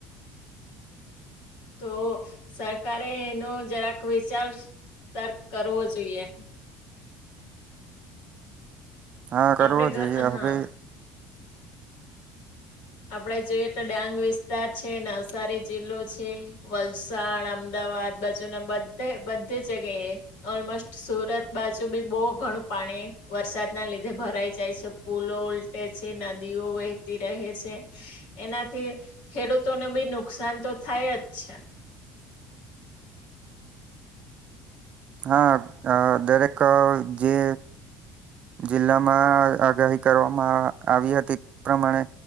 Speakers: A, on the left; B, on the right.
A: તો સરકારે એનો જરાક વિચાર તરક કરવો જોઈએ.
B: હા કરવો
A: આપડે ઘ
B: જોઈએ
A: હા
B: હવે
A: આપડે જોઈએ તો ડાંગ વિસ્તાર છે નવસારી જિલ્લો છે. વલસાડ અમદાવાદ બાજુના બધે બધી જગ્યાએ. ઓલમસ્ટ સુરત બાજુ બી બહુ ઘણું પાણી વરસાદના લીધે ભરાઈ જાય છે પુલો ઉ તેછે નદીઓ વહેતી રહે. એનાથી ખેડૂતોને બી નુકસાન તો થાય જ છે.
B: હા દરેક જે જિલ્લામાં આગાહી કરવામાં આવી હતી તે પ્રમાણે